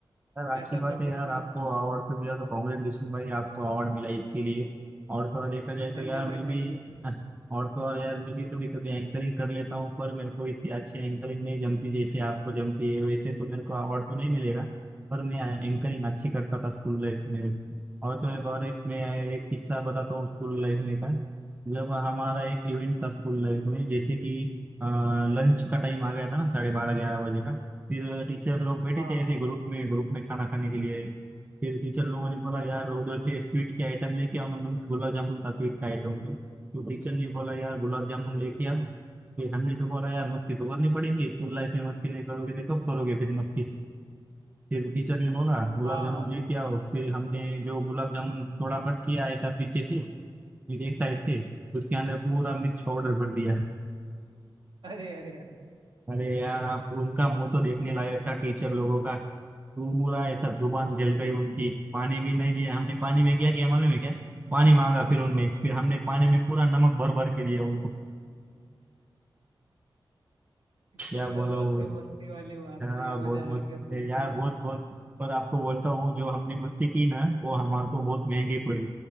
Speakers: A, on the right; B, on the right.
A: यार अच्छी
B: ऐसा
A: बात
B: था कुछ
A: है यार
B: मेरा
A: आपको अवार्ड तो मिला तो कॉन्ग्रेचुलेशन भाई आपको अवार्ड मिला इसके लिए और थोड़ा देखा जाए तो
B: थैंक
A: यार
B: यू भाई
A: मैं
B: थैंक
A: भी
B: यू
A: हाँ, और तो और यार मैं भी कभी कभी एंकरिंग कर लेता हूँ पर मेरे को इतनी अच्छी एंकरिंग नहीं जमती जैसे आपको जमती है वैसे तो मेरे को अवार्ड तो नहीं मिलेगा पर मैं एंकरिंग अच्छी करता था स्कूल लाइफ में और तो एक और एक मैं एक किस्सा बताता हूँ स्कूल लाइफ में का जब हमारा एक इवेंट था स्कूल लाइफ में जैसे कि लंच का टाइम आ गया था ना साढ़े बारह ग्यारह बजे का फिर टीचर लोग बैठे
B: हाँ
A: थे
B: हाँ
A: ऐसे ग्रुप में ग्रुप में खाना खाने के लिए फिर टीचर लोगों ने बोला यार उधर से स्वीट के आइटम लेके आओ ना मीन्स गुलाब जामुन था स्वीट का आइटम तो तो टीचर ने बोला यार गुलाब जामुन लेके आओ फिर हमने तो बोला यार मस्ती तो करनी पड़ेगी स्कूल लाइफ में मस्ती नहीं करोगे तो कब करोगे फिर मस्ती फिर टीचर ने बोला गुलाब
B: हाँ
A: जामुन
B: हाँ तो
A: लेके आओ फिर हमने जो गुलाब जामुन थोड़ा कट किया आया था पीछे से फिर एक साइड से उसके अंदर पूरा मिर्च पाउडर भर दिया
B: अरे अरे अरे
A: अरे यार आप उनका मुंह तो देखने
B: <laughs>
A: लायक था टीचर लोगों का पूरा ऐसा जुबान जल गई उनकी पानी भी नहीं दिया हमने पानी में क्या किया मालूम है क्या पानी मांगा फिर उनने फिर हमने पानी में पूरा नमक भर भर के दिया उनको क्या
B: ये तो
A: बोला
B: बहुत
A: वो
B: ही मस्ती वाली बात
A: हाँ
B: थी मजा
A: बहुत मस्त
B: आ गया सुन
A: है यार
B: के
A: बहुत बहुत पर आपको बोलता हूँ जो हमने मस्ती की ना वो हमारे को बहुत महंगी पड़ी